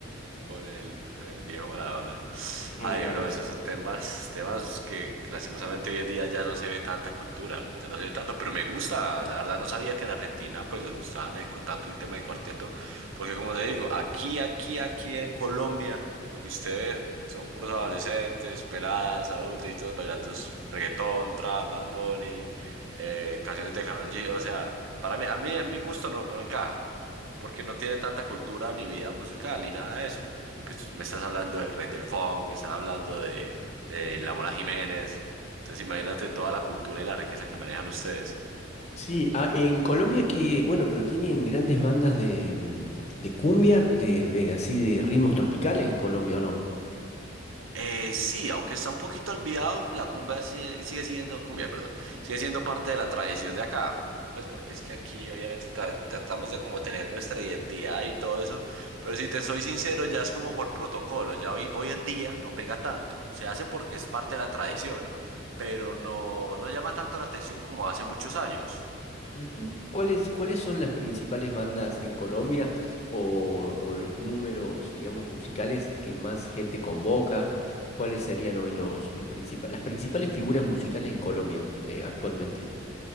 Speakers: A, on the right (about 80°); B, on the left (about 35°).
A: con el, con el viejo Maradona.
B: Qué
A: Ay,
B: grande.
A: bro, esos son temas, temas que lastimosamente hoy en día ya no se ve tanta cultura, ya no se ve tanto, pero me gusta, la verdad no sabía que en Argentina pues les gustaban el cu- tanto el tema del cuarteto, porque como te digo, aquí, aquí, aquí en Colombia, lo que usted ve son puros adolescentes, peladas, adultitos bailando s- reggaetón, trap, Bad Bunny, eh, canciones de Karol G, o sea, para mí, a mí, a mi gusto no, no encaja porque no tiene tanta cultura ni vida musical ni nada de eso. Y pues tú me estás hablando del Rey del Funk, me estás hablando de, de la Mona Jiménez. Entonces imagínate toda la cultura y la riqueza que manejan ustedes.
B: Sí, ah, en Colombia que, bueno, pero tienen grandes bandas de, mm, de cumbia, de eh, así de ritmos tropicales en Colombia, ¿o no?
A: Eh, sí, aunque está un poquito olvidado, la cumbia sigue, sigue siendo, cumbia, perdón, sigue siendo parte de la tradición de acá. Pues porque es que aquí obviamente tra- tratamos de como tener nuestra identidad y todo eso, pero si te soy sincero, ya es como por protocolo, ya hoy, hoy en día no pega tanto, se hace porque es parte de la tradición, pero no, no llama tanto la atención como hace muchos años.
B: Ujú. ¿Cuáles, cuáles son las principales bandas en Colombia o, o los números, digamos, musicales que más gente convoca? ¿Cuáles serían hoy los, los principales, las principales figuras musicales en Colombia eh, actualmente?